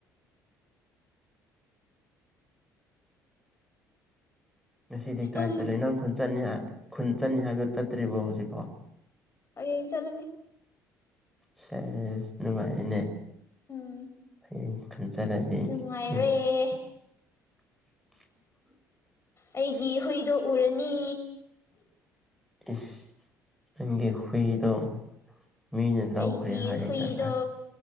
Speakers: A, in the centre; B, on the left.
A: ꯉꯁꯤꯗꯤ ꯀꯥꯏ
B: ꯇꯨꯝ
A: ꯆꯠꯂꯤꯅꯣ ꯈꯨꯟ ꯆꯠꯅꯤ ꯍꯥꯏ ꯈꯨꯟ ꯆꯠꯅꯤ ꯍꯥꯏꯕꯗꯨ ꯆꯠꯇ꯭ꯔꯤꯕꯣ ꯍꯧꯖꯤꯛꯐꯥꯎ
B: ꯍꯌꯦꯡ ꯆꯠꯂꯅꯤ
A: ꯁꯦꯁ ꯅꯨꯡꯉꯥꯏꯔꯦꯅꯦ
B: ꯎꯝ
A: <unintelligible>
B: ꯅꯨꯡꯉꯥꯏꯔꯦ
A: ꯎꯝ <inaudible>
B: ꯑꯩꯒꯤ ꯍꯨꯏꯗꯣ ꯎꯔꯅꯤ
A: ꯏꯁ ꯅꯪꯒꯤ ꯍꯨꯏꯗꯣ ꯃꯤꯅ ꯂꯧꯈ꯭ꯔꯦ
B: ꯑꯩꯒꯤ
A: ꯍꯥꯏꯌꯦ
B: ꯍꯨꯏꯗꯣ
A: ꯉꯁꯥꯏ